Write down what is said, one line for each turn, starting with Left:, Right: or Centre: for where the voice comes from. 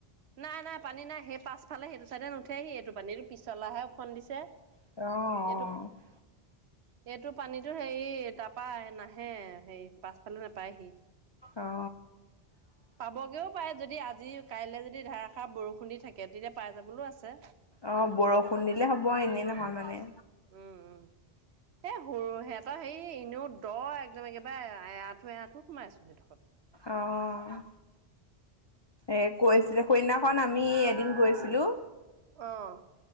Right: নাই, নাই পানী নাই। সেই পাছফালে সেইটো চাইডে নুঠেহি এইটো পানী, এইটো পিছলাহে ওফন্দিছে।
Left: অহ, অ'।
Right: এইটো এইটো পানীতো হেৰি, তাৰপৰা নাহে, হেৰি পাছ পাছফালে নাপায়হি।
Left: অ অ
Right: পাবগেও পাৰে, যদি আজি কাইলৈ যদি যদি ধাৰষাৰ বৰষুণ দি থাকে, তেতিয়া পাই যাবলৈও আছে।
Left: অ' বৰষুণ দিলে হ'ব, এনেই নহয় মানে।
Right: উম উম। এ, সৰু সিহঁতৰ হেৰি, এনেও দ একদম একেবাৰে এআঠু, এআঠু সোমাইছে। <unintelligible>
Left: অ', এ কৈছিলে, সেইদিনাখন আমি এদিন গৈছিলোঁ।
Right: অ',